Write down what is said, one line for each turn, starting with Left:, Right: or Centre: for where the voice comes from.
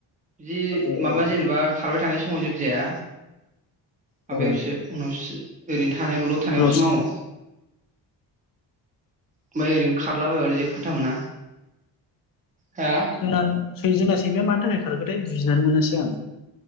Right: जि
Left: ओ
Right: माबा जेनेबा खारबाय थानाय समाव जेबो जाया।
Left: औ
Right: आबायावसो उनावसो ओरैनो थानायलल' थानायावसो
Left: उनाव
Right: मावो। ओमफाय ओरै खारला बायबा जेबो फाथा मोना। हा
Left: सुनां सै जोंना सैमाया मानि थाखाय खारगोन बै बुजिनानै मोनासै आं।